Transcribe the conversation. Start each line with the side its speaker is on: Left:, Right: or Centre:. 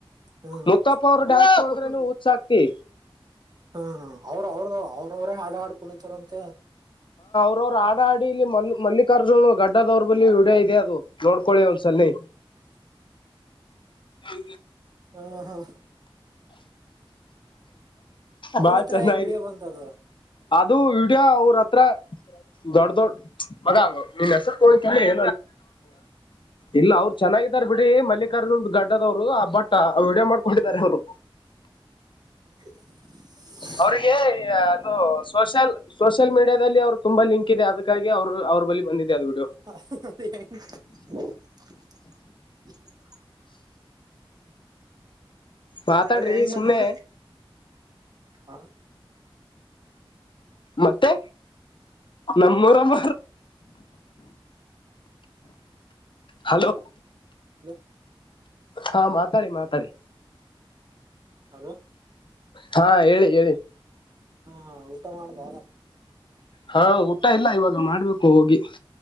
Right: ಹ್ಮ್
Left: ಮುತ್ತಪ್ಪ ಅವ್ರರು ಡ್ಯಾಸ್ ಹೋ್ರನು ಉತ್ಸ ಆಕ್ತಿ.
Right: ಹಾ ಅವ್ರ ಅವ್ರದ ಅವ್ರ ಅವ್ರೇ ಹಾಡು ಹಾಡ್ ಕುೊಂಡಿತಾರಂತೆ.
Left: ಅವ್ರರು ಆಡ ಆಡಿ ಇಲ್ಲಿ ಮ ಮಲ್ಲಿಕಾರ್ಜುನ ಗಡ್ಡದವ್ರ ಬಲ್ಲಿ ವಿಡಿಯೋ ಇದೆ ಅದು ನೋಡ್ಕೊಳ್ಳಿ ಒಂದ್ಸಲಿ.
Right: <unintelligible>
Left: ಹ.
Right: ಹಾ ಹಾ. ಅವನ
Left: ಬಾ
Right: ಹತ್ರ
Left: ಚೆನ್ನ.
Right: ಹೇಗ್ ವಿಡಿಯೋ ಬಂತದ
Left: ಅದು ಇಡ್ಯ ಅವ್ರ ಹತ್ರ. ದೊಡ್ ದೊಡ್ ಮಗ ನಿನ್ ಹೆಸರುೋಗ್ರ ಏ. ಇಲ್ಲ ಅವ್ರು ಚೆನ್ನಾಗಿದ್ದಾರೆ ಬಿಡಿ ಮಲ್ಲಿಕಾರ್ಜುನ್ ಗಡ್ಡದವ್ರು ಆ ಬಟ್ಟ ವಿಡಿಯೋ ಮಾಡ್ಕೊಂಡಿದಿದ್ದಾರೆ ಅವ್ರು.
Right: <unintelligible>
Left: ಅವ್ರಿಗೆ ಅದು ಸೋಷಿಯಲ್ ಸೋಷಿಯಲ್ ಮೀಡಿಯಾದಲ್ಲಿ ಅವರು ತುಂಬಾ ಲಿಂಕ್ ಇದೆ ಅದಕ್ಕಾಗಿ ಅವ್ರ ಅವ ಬ. ಬಂದಿದೆದು.
Right: ಹ.
Left: ಮಾತಾಡ್ರಿ
Right: ಅದ ಹೆಂಗ
Left: ಸುಮ್ನೆ
Right: ಬಂತು ಹ.
Left: ಮತ್ತೆ ನಮ್ಮೂರಮ್ಮ. ಹಲೋ
Right: ಹಲೋ
Left: ಹಾ ಮಾ. ತಾರಿ ಮಾತಾರಿ.
Right: ಹಲೋ.
Left: ಹಾ ಹೇಳಿ ಹೇಳಿ.
Right: ಹಾ ಊಟ ಮಾಡ್ದ.
Left: ಹಾ ಊಟ ಇಲ್ಲ ಇವಾಗ ಮಾಡ್ಬೇಕು ಹೋಗಿ.